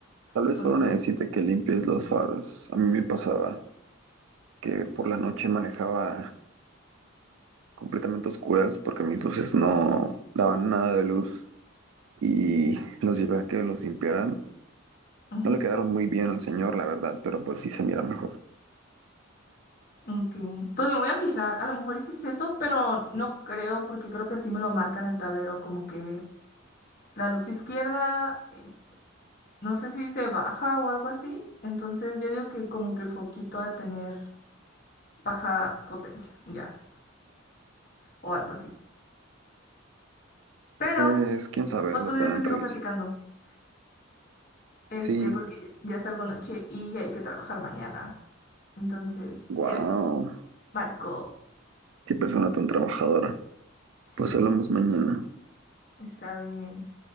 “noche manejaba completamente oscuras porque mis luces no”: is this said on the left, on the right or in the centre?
Right